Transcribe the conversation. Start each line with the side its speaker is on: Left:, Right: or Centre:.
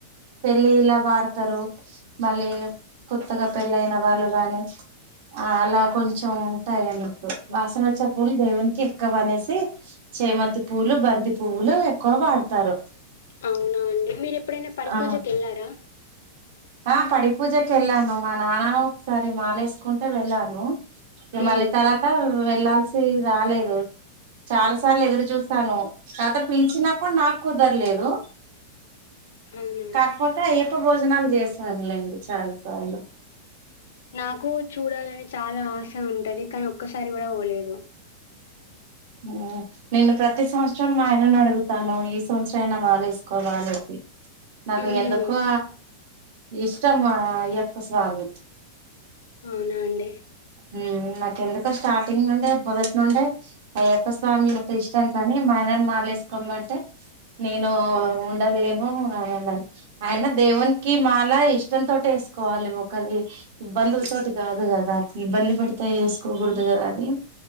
Right: పెళ్ళిల్ల వాడతారు మళ్ళీ కొత్తగా పెళ్ళ అయిన వాళ్ళు గానీ ఆ అలా కొంచెం ఉంటాయి అన్నట్టు వాసన వచ్చ పూలు దేవునికి ఎక్కువనేసి చేమంతి పూలు బంతి పూవ్వులు ఎక్కువ వాడతారు
Left: అవునా అండి మీరు ఎప్పుడైనా పడిపూజకు
Right: ఆ
Left: ఏళ్ళారా
Right: ఆ పడిపూజకి వెళ్ళాను మా నాన్న ఒకసారి మాలేసుకుంటే వెళ్ళాను హిమాలి
Left: ఉమ్,
Right: తర్వాత వెళ్లాల్సి రాలేదు చాలా సే సార్లు ఎదురు చూసాను కాక పిలిచినప్పుడు నాకు కుదరలేదు
Left: అవునా
Right: కాకుపోత ఏ ఉప్ప భోజనం చేస్తరులేండి చాలా సార్లు
Left: నాకు చూడాలని చాలా ఆస్ చం ఉంటది కానీ ఒక్కసారి గుడా పోలేదు
Right: హమ్ నేను ప్రతి సంవత్సరం మా ఆయనను అడుగుతాను ఈ సంవత్సరం అయినా మాల వేసుకోవ అని నాకు
Left: హుహు.
Right: ఎందుకో ఇష్టమ్మా అయ్యప్ప స్వామి
Left: అవునా అండి
Right: ఉమ్ నాకు ఎందుకో స్టార్టింగ్ నుండే మొదటి నుండే అయ్యప్ప స్వామి అంటే ఇష్టం కానీ మా ఆయన మాల వేసుకోమంటే నేను ఉండలేను అనీ అన్నరు అయిన దేవునికి మాల ఇష్టంతో వేసుకోవాలి ఒకరి ఇబ్బందుల తోటి కాదు కదా ఇబ్బంది పెడతా చేసుకోకూడదు కదా అది